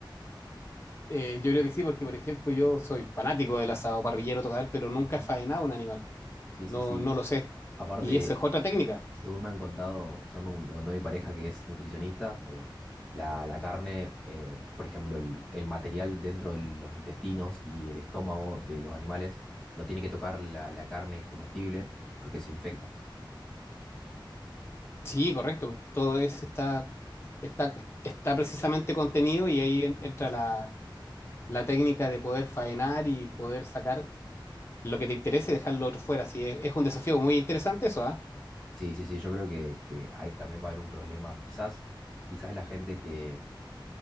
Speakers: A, on the left; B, in the centre.
A: Eh, yo creo que sí, porque por ejemplo yo soy fanático del asado parrillero total, pero nunca
B: Ujú.
A: he faenado un animal,
B: Sí, sí,
A: no,
B: sí.
A: no lo sé.
B: Aparte,
A: Y esa es otra técnica.
B: según me han contado, o sea, me, me contó mi pareja que es nutricionista, eh, la, la carne, eh, por ejemplo, el, el material dentro de los intestinos y el estómago de los animales no tiene que tocar la, la carne comestible porque se infecta.
A: Sí, correcto. Todo eso está, está, está precisamente contenido y ahí en- entra la, la técnica de poder faenar y poder sacar lo que te interese y dejarlo otro fuera. Sí, es, es un desafío muy interesante eso, ¿ah?
B: Sí, sí, sí, yo creo que, que ahí también va a haber un problema. Quizás, quizás la gente que,